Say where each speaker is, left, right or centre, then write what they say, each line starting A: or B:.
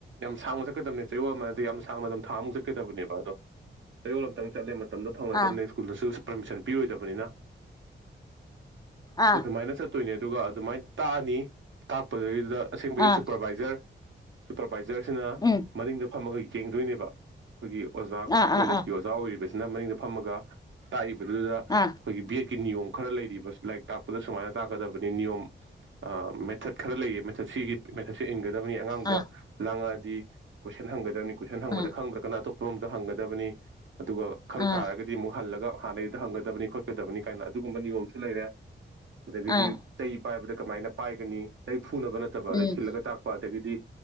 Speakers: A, on the right; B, on the left.
A: ꯌꯥꯝ ꯁꯥꯡꯅ ꯆꯠꯀꯗꯕꯅꯦ ꯆꯌꯣꯜ ꯑꯃꯗꯗꯤ ꯌꯥꯝ ꯁꯥꯡꯕ ꯃꯇꯝ ꯊꯥꯃꯨꯛ ꯆꯠꯀꯗꯕꯅꯦ ꯑꯗꯣ ꯆꯌꯣꯜ ꯑꯃꯝꯇꯪ ꯆꯠꯂꯦ ꯇꯝꯗ ꯐꯪꯅꯗꯕꯅꯦ
B: ꯑꯥ
A: ꯁ꯭ꯀꯨꯜꯗꯁꯨ ꯄꯥꯔꯃꯤꯁꯟ ꯄꯤꯔꯣꯏꯗꯕꯅꯤꯅ
B: ꯑꯥ
A: ꯃꯥꯏꯟꯁꯠꯇ ꯅ ꯑꯗꯨꯒ ꯑꯗꯨꯃꯥꯏꯅ ꯇꯥꯛꯑꯅꯤ ꯇꯥꯛꯄꯗꯩꯗꯨꯗ ꯑꯁꯦꯡꯕꯩꯗꯤ
B: ꯑꯥ
A: ꯁꯨꯄꯔꯕꯥꯏꯖꯔ ꯁꯨꯄꯔ ꯄꯥꯏꯁ ꯁꯅꯥ
B: ꯎꯝ
A: ꯑꯗꯨꯗ ꯐꯝꯃꯒ ꯌꯦꯡꯗꯣꯏꯅꯦꯕ ꯑꯩꯈꯣꯏꯒꯤ ꯑꯣꯖꯥ
B: ꯑꯥ
A: ꯀꯣꯂꯦꯖꯀꯤ
B: ꯑꯥ ꯑꯥ
A: ꯑꯣꯖꯥ ꯑꯣꯏꯔꯤꯕꯁ ꯁꯤꯅ ꯃꯅꯤꯡꯗ ꯐꯝꯃꯒ ꯇꯥꯛꯏꯕ ꯗꯨꯗ ꯑꯩꯈꯣꯏꯒꯤ
B: ꯑꯥ
A: ꯕꯤ ꯅꯤꯌꯣꯝ ꯈꯔ ꯂꯩꯔꯤꯕ ꯂꯥꯏꯔꯤꯛ ꯇꯥꯛꯄꯗ ꯁꯨꯃꯥꯏꯅ ꯇꯥꯛꯀꯗꯕꯅꯤꯣꯝ ꯃꯦꯊꯠ ꯈꯔ ꯂꯩꯌꯦ ꯃꯦꯊꯠ ꯁꯤꯒꯤ ꯃꯦꯊꯠꯁꯦ ꯏꯟꯒꯗꯕ ꯑꯉꯥꯡꯗ
B: ꯑꯥ
A: ꯂꯥꯡꯉ ꯒꯤ ꯀꯣꯏꯟ ꯍꯪꯒꯗꯕꯅꯤ ꯀꯣꯏꯁꯟ ꯍꯪ
B: ꯑꯥ
A: ꯈꯪ꯭ꯔ ꯀꯅꯥ ꯐꯤꯕꯝꯗꯣ ꯍꯪꯒꯗꯕꯅꯤ ꯑꯗꯨꯒ ꯈꯪ
B: ꯑꯥ
A: ꯇꯥꯔꯒꯗꯤ ꯑꯃꯨꯛ ꯍꯜꯂꯒ ꯍꯥꯟꯅꯩꯗꯨꯗ ꯍꯪꯒꯗꯕꯅꯤ ꯈꯣꯠꯀꯗꯕꯅꯤ ꯀꯥꯏꯅ ꯑꯗꯨꯒꯨꯝꯕ ꯅꯤꯌꯣꯝꯁꯨ ꯂꯩꯔꯦ ꯀꯗꯗꯤ
B: ꯑꯥ
A: ꯆꯩꯩ ꯄꯥꯏꯕꯗ ꯀꯃꯥꯏꯅ ꯄꯥꯏꯒꯅꯤ ꯐꯨꯅꯕ ꯅꯠꯇꯕ
B: ꯎꯝ
A: ꯑꯗꯗꯒꯤ ꯊꯤꯜꯂꯒ ꯇꯥꯛꯄ ꯑꯗꯒꯤ ꯎ